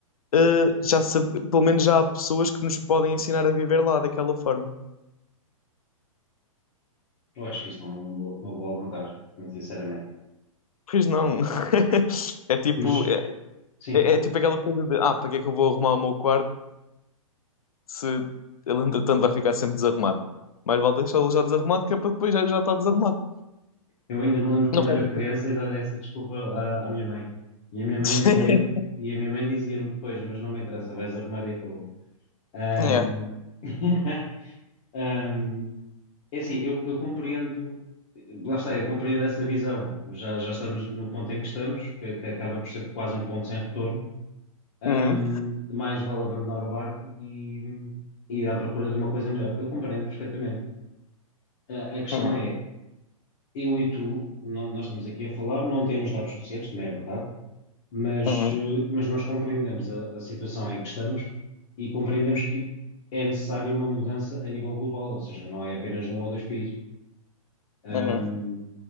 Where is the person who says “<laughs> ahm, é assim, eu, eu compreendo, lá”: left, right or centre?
Left